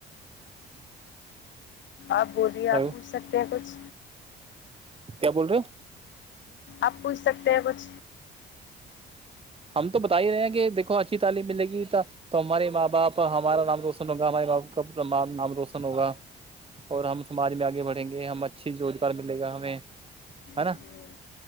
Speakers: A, on the left; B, on the right.
A: آپ بولیے
B: ہلو
A: آپ پوچھ سکتے ہیں کچھ
B: کیا بول رہے ہو
A: آپ پوچھ سکتے ہیں کچھ
B: ہم تو بتا ہی رہے ہیں کہ دیکھو اچھی تعلیم ملے گی ت تو ہمارے ماں باپ ہمارا نام روشن ہوگا ہمارے ماں باپ کا نام روشن ہوگا اور ہم سماج میں آگے بڑھیں گے ہم اچھی روزگار ملے گا ہمیں ہے نا
A: ہوں